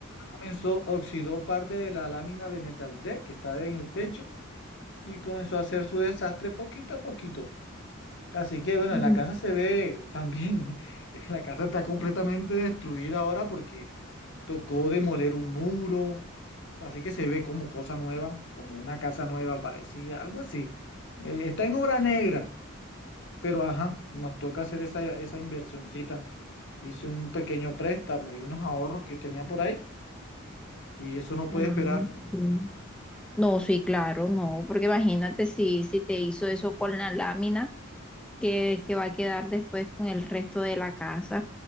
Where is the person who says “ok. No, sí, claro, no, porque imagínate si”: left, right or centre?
Centre